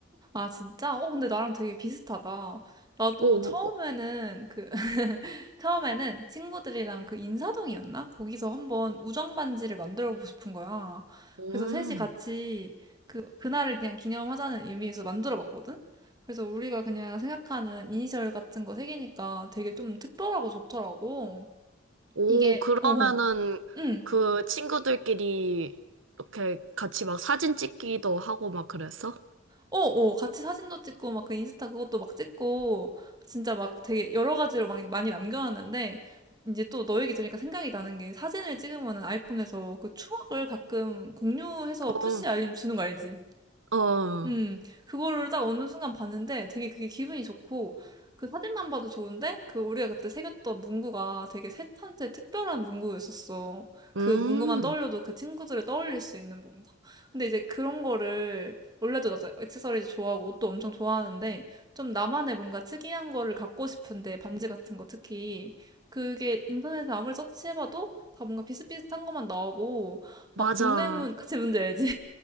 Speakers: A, on the right (about 20°); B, on the right (about 75°).
A: 아, 진짜? 어, 근데 나랑 되게 비슷하다. 나도
B: 오,
A: 처음에는
B: 오,
A: 그, <laughs> 처음에는 친구들이랑 그 인사동이었나? 거기서 한번 우정 반지를 만들어 보고 싶은 거야.
B: 오,
A: 그래서 셋이 같이 그, 그날을 그냥 기념하자는 의미에서 만들어 봤거든? 그래서 우리가 그냥 생각하는 이니셜 같은 거 새기니까 되게 좀 특별하고 좋더라고.
B: 오,
A: 이게,
B: 그러면은
A: 어, 응.
B: 그 친구들끼리 이렇게 같이 막 사진 찍기도 하고 막 그랬어?
A: 어, 어, 같이 사진도 찍고, 막 그 인스타 그것도 막 찍고, 진짜 막 되게 여러 가지로 막 많이 남겨놨는데, 이제 또 너 얘기 들으니까 생각이 나는 게 사진을 찍으면 아이폰에서 그 추억을 가끔 공유해서
B: 어,
A: 푸시 알림 주는 거 알지?
B: 어,
A: 음, 그거를 딱 어느 순간 봤는데 되게 그게 기분이 좋고, 그 사진만 봐도 좋은데, 그 우리가 그때 새겼던 문구가 되게 셋한테 특별한 문구였었어.
B: 음,
A: 그 문구만 떠올려도 그 친구들을 떠올릴 수 있는 문구? 근데 이제 그런 거를, 원래도 나도 액세서리즈 좋아하고 옷도 엄청 좋아하는데, 좀 나만의 뭔가 특이한 거를 갖고 싶은데, 반지 같은 거 특히. 그게 인터넷에 아무리 서치해봐도 다 뭔가 비슷비슷한 것만 나오고,
B: 맞아.
A: 막 동대문, 그치, 뭔지 알지?